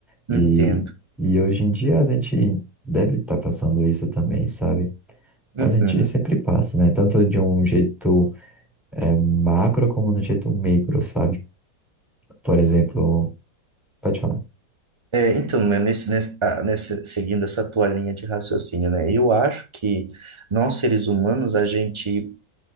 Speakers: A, in the centre; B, on the right.
A: E,
B: entendo.
A: e hoje em dia a gente deve estar passando isso também, sabe?
B: Uhum.
A: A gente sempre passa, né? Tanto de um jeito é, macro como de um jeito micro, sabe? Por exemplo, pode falar.
B: É, então, né, nesse, nesse, ah, nessa- seguindo essa tua linha de raciocínio, né? Eu acho que nós, seres humanos, a gente